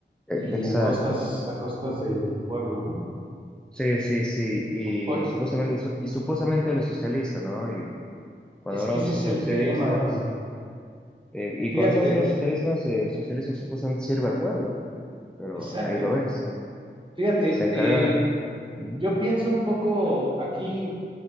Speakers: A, in the centre; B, on the right (about 25°).
A: E-
B: y
A: Exacto.
B: a costas, a costas del pueblo, ¿no?
A: Sí, sí, sí. Y
B: Hoy,
A: supuestamente, so- y supuestamente él es socialista, ¿no? Y cuando
B: es
A: hablamos
B: que ese
A: de
B: es
A: socialistas,
B: el tema, bro.
A: eh, y
B: Fíjate,
A: cuando estamos hablando de socialistas, el socialismo supuestamente sirve al pueblo, pero
B: exacto.
A: ahí lo ves.
B: Fíjate,
A: Se encarga.
B: eh,
A: Mm,
B: yo pienso un poco aquí,